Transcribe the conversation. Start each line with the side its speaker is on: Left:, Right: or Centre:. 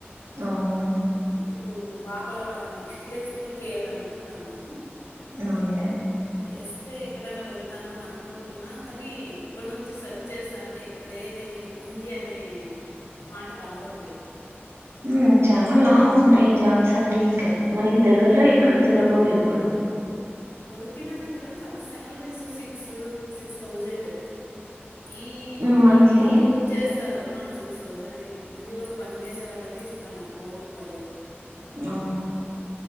Right: అవునా
Left: ఇప్పుడు పాప నెక్స్ట్ ఇయర్ స్కూల్కి వేయల్ల అనుకుంటున్నాము
Right: అవునులే
Left: చేస్తే ఎక్కడన్నా వెళ్దాం అని అనుకుంటున్నా కానీ ఇప్పటి నుంచి సెర్చ్ చేస్తా అంటే ఎక్కడే గాని ఉంది అనే మాట రావడం లేదు
Right: ఉమ్ చానా లాంగ్ ఉంటాయి జాబ్స్ అంటే ఇంకా మనకి దగ్గరలో ఎక్కడ దొరకవు ఇప్పుడు
Left: దొరికిన ఇక్కడ శాలరీస్ సిక్స్ సిక్స్ థౌజండ్ ఈ
Right: మ్మ్ మంత్లీ
Left: ఇప్పుడు ఎవరు చేస్తారు ఆ సిక్స్ థౌజండ్ ఇంట్లో పనిచేసే వాళ్ళకే ఇస్తాన్నారు ఫోర్ ఫైవ్
Right: అవును